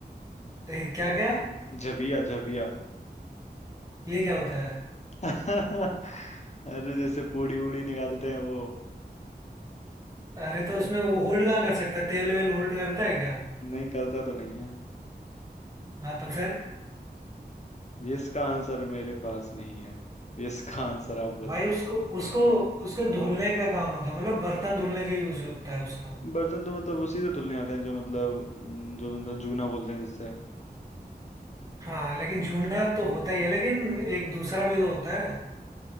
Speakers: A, on the right; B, on the left.
A: ए, क्या क्या
B: झबिया झबिया
A: ये क्या होता है
B: <laughs> अरे जैसे पूड़ी उड़ी निकालते हैं वो
A: अरे तो उसमें वो होल्ड कहाँ कर सकता है तेल वेल होल्ड करता है क्या
B: नहीं करता तो नहीं है
A: हाँ तो फिर
B: इसका आंसर मेरे पास नहीं है इसका आंसर आप बताओ
A: भाई उसको उसको उसको धुलने का काम होता है मतलब बर्तन धुलने का यूज होता है उसका
B: बर्तन तो मतलब उसी से धुलने आते हैं जो मतलब हम्म, जो मतलब जूना बोलते हैं जिससे
A: हाँ लेकिन जूना तो होता ही है लेकिन एक दूसरा भी तो होता है